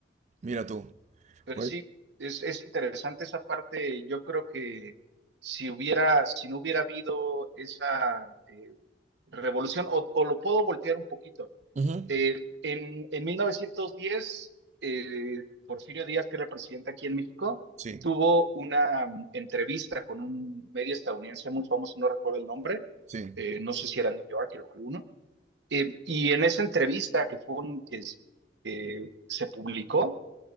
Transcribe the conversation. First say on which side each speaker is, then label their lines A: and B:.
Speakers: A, on the right; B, on the right.
A: mira tú.
B: Pero
A: Güey.
B: sí, es, es interesante esa parte. Yo creo que si hubiera, si no hubiera habido esa eh, revolución, o, o lo puedo voltear un poquito,
A: Ujú.
B: eh, en, en 1910, eh, Porfirio Díaz, que era presidente aquí en México,
A: Sí,
B: tuvo una mm, entrevista con un medio estadounidense muy famoso, no recuerdo el nombre,
A: sí.
B: eh, no sé si era New Yorker o alguno, eh, y en esa entrevista que fue un- es- eh, se publicó,